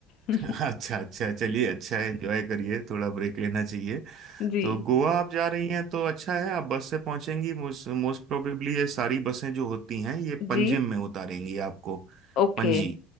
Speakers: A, on the right; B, on the left.
A: <laughs>
B: <laughs>
A: अच्छा अच्छा चलिए अच्छा है एंजॉय करिए थोड़ा ब्रेक लेना चाहिए
B: जी
A: तो गोवा आप जा रही हैं तो अच्छा है आप बस से पहुंचेंगी मोस्ट मोस्ट प्रोबेबली ये सारी बसें जो होती हैं ये पंजिम
B: जी
A: में उतारेंगी आपको
B: ओके
A: पणजी